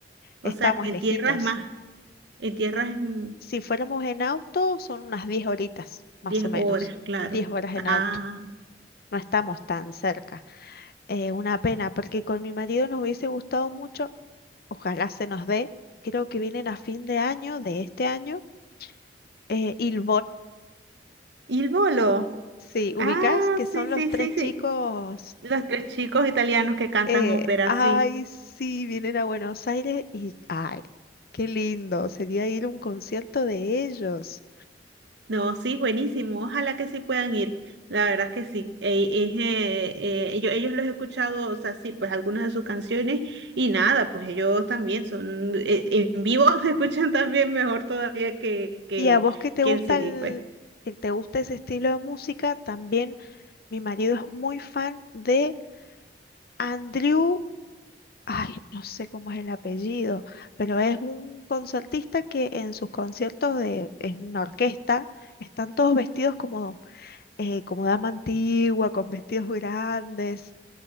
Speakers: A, on the right; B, on the left.
A: o
B: estamos
A: sea, que en
B: lejitos.
A: tierra es más, en tierra es mm,
B: Si fuéramos en auto, son unas 10 horitas, más
A: 10
B: o menos.
A: horas, claro.
B: diez horas en
A: Ah.
B: auto. No estamos tan cerca. Eh, una pena, porque con mi marido nos hubiese gustado mucho, ojalá se nos dé. Creo que vienen a fin de año, de este año, eh, Il
A: Y el bolo.
B: Sí,
A: Ah,
B: ubicás que son
A: sí, sí,
B: los tres
A: sí, sí.
B: chicos.
A: Los tres chicos italianos que cantan
B: eh,
A: ópera,
B: ay,
A: sí.
B: sí, vienen a Buenos Aires y. Ay, qué lindo. Sería ir a un concierto de ellos.
A: No, sí, buenísimo. Ojalá que sí puedan ir. La verdad es que sí. Eh, es, eh, eh, yo, ellos los he escuchado, o sea, sí, pues algunas de sus canciones y nada, pues ellos también son, eh, en vivo <laughs> se escuchan también mejor todavía que, que,
B: Y a vos que te
A: que
B: gusta
A: en CD,
B: el,
A: pues.
B: el- te gusta ese estilo de música, también mi marido es muy fan de Andrew. Ay, no sé cómo es el apellido, pero es un concertista que en sus conciertos de, en una orquesta, están todos vestidos como eh, como dama antigua, con vestidos grandes.